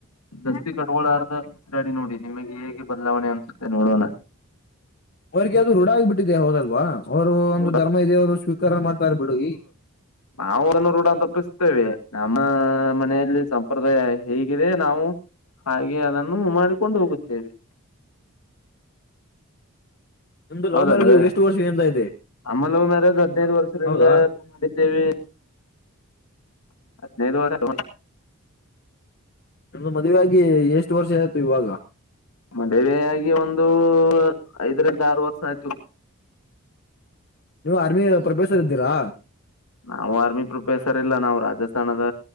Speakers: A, on the left; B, on the left.
A: ದಸ್ತಿ ಕಟಕೋಳಾರ್ದ ತಿರಗಾಡಿ ನೋಡಿ ನಿಮಗೆ ಹೇಗೆ ಬದಲಾವಣೆ ಅನ್ಸುತ್ತೆ ನೋಡೋಣ
B: ಅವ್ರರಿಗೆ ಅದು ರೂಢ ಆಗಿಬಿಟ್ಟಿದೆ ಹೌದಲ್ವಾ ಅವರು ಒಂದು
A: ರೂಢ
B: ಧರ್ಮ ಇದೇವರು ಸ್ವೀಕಾರ ಮಾಡ್ತಾರ ಬಿಡು ಈ
A: ನಾವುದನ್ನು ರೂಢ ತಪ್ಪಿಸ್ತೇವೆ ನಮ್ಮ ಮನೆಯಲ್ಲಿ ಸಂಪ್ರದಾಯ ಹೇಗಿದೆ ನಾವು ಹಾಗೆ ಅದನ್ನು ಮಾಡಿಕೊಂಡು ಹೋಗುತ್ತೇವೆ
B: ನಿಮ್ದು ಲವ್
A: ಹೌದಲವೇ
B: ಮ್ಯಾರೇಜ್ ಎಷ್ಟು ವರ್ಷದಿಂದ ಇದೆ
A: ಅಮಲು ಮ್ಯಾರೇಜ್ ಹದ್ನೈದ್ ವರ್ಷದ
B: ಹೌದಾ
A: ಹಿಂದೆ ಮಾಡಿದ್ದೇವಿ ಹದಿನೈದ <unintelligible>
B: ನಮ್ದು ಮದುವೆ ಆಗಿ ಎಷ್ಟ ವರ್ಷ ಆಯ್ತು ಇವಾಗ.
A: ಮದುವೆ ಆಗಿ ಒಂದು ಐದರಿಂದ ಆರ ವರ್ಷ ಆಯ್ತು
B: ನೀವು ಆರ್ಮಿದ ಪ್ರೊಫೆಸರ್ ಇದ್ದೀರಾ.
A: ನಾವು ಆರ್ಮಿ ಪ್ರೊಫೆಸರ್ ಇಲ್ಲ ನಾವು ರಾಜಸ್ಥಾನದ